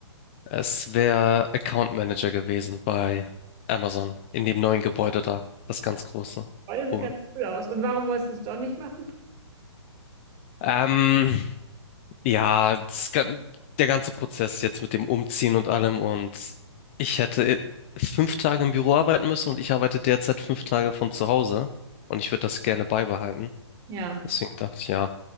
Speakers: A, on the left; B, on the right.
A: Es wäre Account Manager gewesen bei Amazon in dem neuen Gebäude da, das ganz große.
B: Oh, das sieht
A: Wo-
B: ganz cool aus. Und warum wolltest du es doch nicht machen?
A: Ähm, ja, das, gan- der ganze Prozess jetzt mit dem Umziehen und allem und ich hätte fünf Tage im Büro arbeiten müssen und ich arbeite derzeit fünf Tage von zu Hause und ich würde das gerne beibehalten.
B: Ja,
A: Deswegen dachte ich, ja,